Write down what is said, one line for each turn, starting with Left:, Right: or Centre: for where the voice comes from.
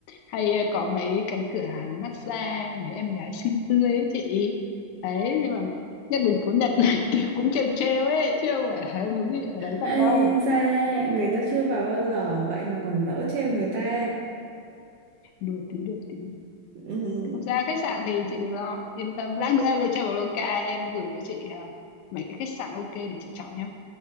Left: hay ờ, có mấy cái cửa hàng massage mấy em gái xinh tươi ấy chị đấy nhưng mà nhắc đến Phú Nhật là <laughs> kiểu cũng trêu trêu ấy chứ không phải là <laughs> muốn gì ở đấy thật
Right: Ây
Left: đâu
Right: da, người ta chưa vào bao giờ vậy mà còn nỡ trêu người ta.
Left: đùa tí đùa tí
Right: Ừm,
Left: không sao khách sạn thì chị đừng lo yên tâm lát nữa em lên chơi vào Loca em gửi cho chị à, mấy cái khách sạn ok để chị chọn nhé